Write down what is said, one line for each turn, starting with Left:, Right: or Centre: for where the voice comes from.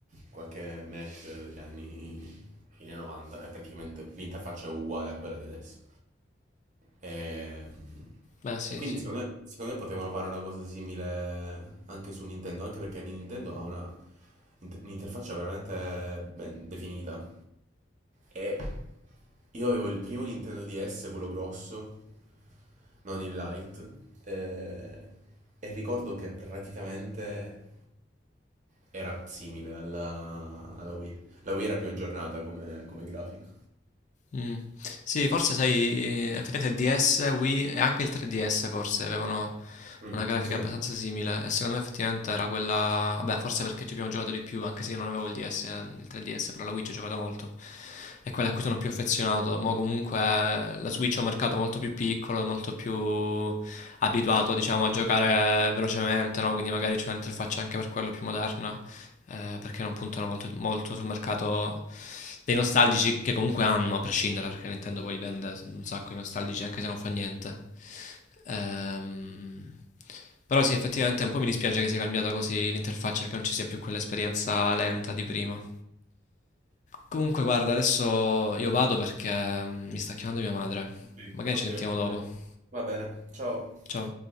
Right: qualche Mac degli anni fine 90 è praticamente l'interfaccia è uguale a quella di adesso. E,
Left: Beh, sì,
Right: e quindi
Left: sì.
Right: secondo me, secondo me potevano fare una cosa simile anche su Nintendo, anche perché Nintendo ha una, int- un'interfaccia veramente ben definita. E io avevo il primo Nintendo DS, quello grosso, non il Lite, eh, e ricordo che praticamente era simile alla, alla Wii. La Wii era più aggiornata come, come grafica.
Left: Mm. Sì, forse sai, eh, effettivamente il DS, Wii e anche il 3DS forse avevano
Right: Mm,
Left: una grafica
Right: sì.
Left: abbastanza simile e secondo me effettivamente era quella, beh, forse perché ci abbiamo giocato di più, anche se io non avevo il DS, il 3DS, però la Wii ci ho giocato molto. È quella a cui sono più affezionato. Ma comunque la Switch è un mercato molto più piccolo, e molto più abituato, diciamo, a giocare velocemente, no? Quindi magari c'è un'interfaccia anche per quello più moderna, eh, perché non puntano molto, molto sul mercato dei nostalgici che comunque hanno, a prescindere, perché Nintendo poi vende un sacco di nostalgici anche se non fa niente. Ehm, però sì, effettivamente un po' mi dispiace che sia cambiata così l'interfaccia, che non ci sia più quell'esperienza lenta di prima. Comunque, guarda, adesso io vado perché mm, mi sta chiamando mia madre.
Right: Ok,
Left: Magari
Right: ok,
Left: ci sentiamo
Right: ok,
Left: dopo.
Right: dai. Va bene, ciao.
Left: Ciao.